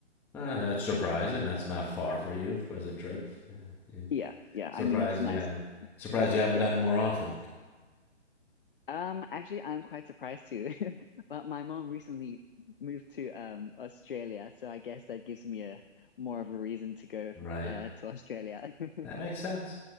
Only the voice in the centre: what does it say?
Ah, that's surprising. That's not far for you as a trip. Yeah, you
surprised
you haven't surprised you haven't
done it more often.
Right.
That makes sense.